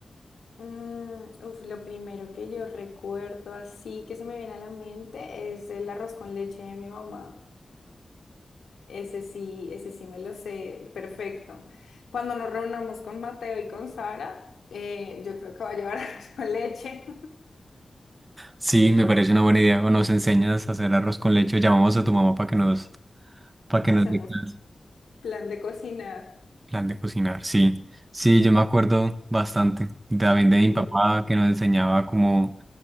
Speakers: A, on the left (about 90°); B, on the right (about 35°).
A: Mm, uf, lo primero que yo recuerdo así que se me viene a la mente es el arroz con leche de mi mamá. Ese sí, ese sí me lo sé perfecto. Cuando nos reunamos con Mateo y con Sara, eh, yo creo que va a llevar <laughs> arroz con leche.
B: Sí, me parece una buena idea. O nos enseñas a hacer arroz con leche, o llamamos a tu mamá para que nos, para
A: <laughs>
B: que
A: Hacemos
B: nos dé clase.
A: plan de cocinar.
B: Plan de cocinar, sí. Sí, yo me acuerdo bastante. También de mi
A: Ve-
B: papá que nos enseñaba cómo